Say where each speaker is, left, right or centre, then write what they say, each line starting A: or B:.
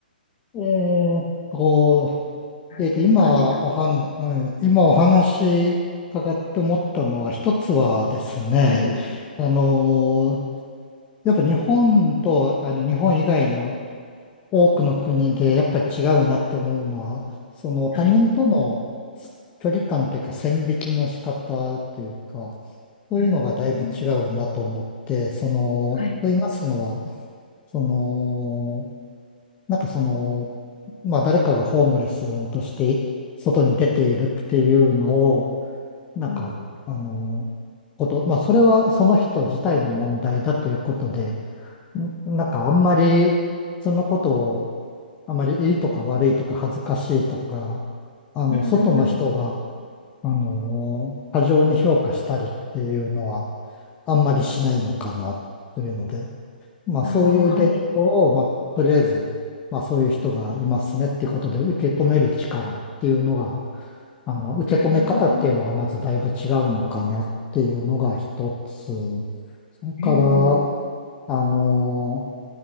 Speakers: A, on the left (about 20°); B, on the left (about 50°).
A: えーっと、
B: なんて感じたんです。
A: えーっと、今おはん、うん今お話伺って思ったのは、一つはですね、
B: はい。
A: あのーやっぱ日本と、あの、日本以外の多くの国で、やっぱり違うなって思うのは、その他人との
B: はい。
A: 距離感というか、線引きの仕方というか、そういうのがだいぶ違うなと思って、
B: うーん。
A: その、
B: はい。
A: と言いますのは、その、なんかその、まあ誰かがホームレスとして外に出ているっていうのを、なんか、
B: うん。
A: あの、こと、まあそれはその人自体の問題だということで、んなんかあんまり、そのことを、あまりいいとか悪いとか恥ずかしいとか、あの、
B: うん、
A: 外の人が、
B: うん。
A: あの、過剰に評価したりっていうのは、あんまりしないのかなというので、まあそういう伝統を、
B: ああ、はい。
A: まあとりあえず、まあそういう人がいますねっていうことで受け止める力っていうのが、あの、受け止め方っていうのがまずだいぶ違うのかなっていうのが一つ。
B: うーん。
A: それから、
B: うん。
A: あの、